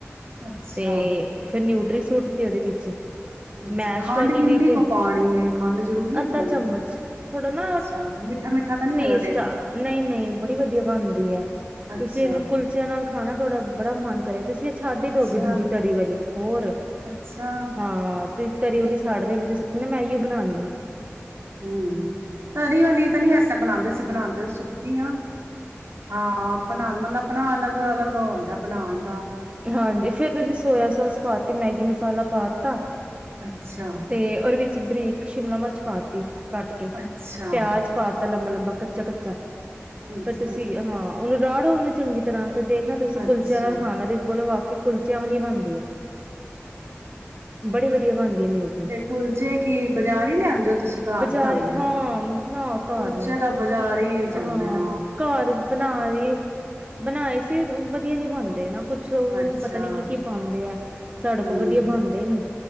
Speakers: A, on the right; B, on the right.
A: ਅੱਛਾ,
B: ਤੇ ਫਿਰ ਨਿਊ ਸੂਟ ਤੇ ਉਹਦੇ ਵਿੱਚ
A: ਅੱਛਾ
B: ਮੈਸ਼
A: ਖੰਡ
B: ਵਾਲੀ
A: ਕਿੰਨੀ
B: ਵੀ ਤੇ
A: ਕੁ ਪਾਣੀ ਹੈ ਖੰਡ ਜ਼ਰੂਰੀ
B: ਅੱਧਾ
A: ਹੈ ਪਾਣੀ
B: ਚਮਚ ਥੋੜਾ ਨਾ
A: ਅੱਛਾ, ਮਿੱਠਾ-ਮਿੱਠਾ ਤਾਂ ਨਹੀਂ ਹੋਏਗਾ
B: ਟੇਸਟ ਆ ਨਹੀਂ ਨਹੀਂ ਬੜੀ ਵਧੀਆ ਬਣਦੀ ਹੈ
A: ਅੱਛਾ,
B: ਤੁਸੀਂ ਇਹਨੂੰ ਕੁਲਚਿਆਂ ਨਾਲ ਖਾਣਾ ਥੋੜਾ ਬੜਾ ਮਨ ਕਰੇ ਤੁਸੀਂ ਇਹ ਛੱਡ ਹੀ ਦੋਗੇ
A: ਅੱਛਾ,
B: ਦੂਜੀ ਤਰੀ ਵਾਲੀ ਹੋਰ
A: ਅੱਛਾ,
B: ਹਾਂ ਤਰੀ ਵਾਲੀ ਛੱਡ ਦੇਣੀ ਤੁਸੀਂ ਕਹਿੰ ਮੈਂ ਇਓ ਬਣਾਉਣੀ ਆ
A: ਹਮ ਤਰੀ ਵਾਲੀ ਤਾਂ ਨੀ ਵੈਸੇ ਬਣਾਉਂਦੇ ਸੀ ਬਣਾਉਂਦੇ ਸੁੱਕੀ ਆ ਹਾਂ ਬਣਾਉਣ ਮਤਲਬ ਆਪਣਾ ਅਲੱਗ ਅਲੱਗ ਆਉਂਦਾ ਬਣਾਉਣ
B: ਹਾਂਜੀ ਫੇਰ ਤੁਸੀਂ ਸੋਇਆ ਸੋਸ ਪਾ ਤੇ ਮੈਗੀ ਮਸਾਲਾ ਪਾ ਤਾ
A: ਅੱਛਾ,
B: ਤੇ ਉਹਦੇ ਵਿੱਚ ਬਰੀਕ ਸ਼ਿਮਲਾ ਮਿਰਚ ਪਾ ਤਤੀ ਕੱਟ ਕੇ
A: ਅੱਛਾ,
B: ਪਿਆਜ ਪਾਤ ਤਾ ਲੰਬਾ ਲੰਬਾ ਕੱਚਾ ਕੱਚਾ
A: ਅੱਛਾ,
B: ਪਰ ਤੁਸੀਂ ਹਾਂ ਉਹਨੂੰ ਰਹੜੋ ਓਨੂੰ ਚੰਗੀ ਤਰ੍ਹਾਂ ਤੇ ਦੇਖਣਾ ਤੁਸੀਂ
A: ਅੱਛਾ।
B: ਕੁਲਚਿਆਂ ਨਾਲ ਖਾਣਾ ਵਾਲੀ ਮਤਲਬ ਵਾਕਈ ਕੁਲਚਿਆਂ ਵਾਲੀ ਬਣਦੀ ਹੈ। ਬੜੀ ਵਧੀਆ ਬਣਦੀ ਆ ਨਿਊਟਰੀ
A: ਤੇ ਕੁਲਚੇ ਕੀ ਬਾਜ਼ਾਰ ਹੀ ਲਿਆਂਦੇ ਹੋ ਤੁਸੀਂ ਘਰ
B: ਬਜ਼ਾਰੀ
A: ਬਣਾਂਦੇ
B: ਹਾਂ
A: ਹੋ?
B: ਨਾ ਘਰ
A: ਕੁਲਚੇ
B: ਨੀ
A: ਤਾਂ ਬਜ਼ਾਰੀ ਚੱਲਦੇ
B: ਹਾਂ
A: ਨੇ
B: ਘਰ ਬਣਾ ਦੀ ਬਣਾਏ। ਵਧੀਆ ਨੀ ਬਣਦੇ ਨਾ। ਕੁਛ
A: ਅੱਛਾ
B: ਪਤਾ ਨੀ ਕੀ ਕੀ ਪਾਦੇ ਆ ਸਾਡੇ
A: ਹੂੰ
B: ਕੋਲ ਵਧੀਆ ਬਣਦੇ ਨੀ।